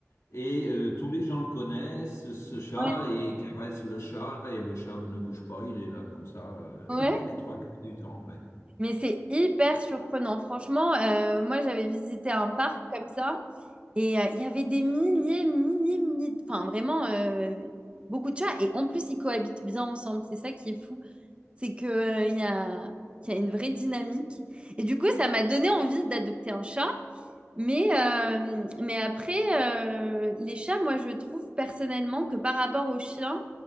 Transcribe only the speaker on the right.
Ouais.
Ouais.
Mais c'est hyper surprenant. Franchement, euh, moi, j'avais visité un parc comme ça et euh, il y avait des milliers, milliers, milliers, de- enfin vraiment euh, beaucoup de chats. Et en plus, ils cohabitent bien ensemble. C'est ça qui est fou. C'est que, euh, il y a, il y a une vraie dynamique. Et du coup, ça m'a donné envie d'adopter un chat. Mais, euh, mais après, euh, les chats, moi, je trouve personnellement que par rapport aux chiens,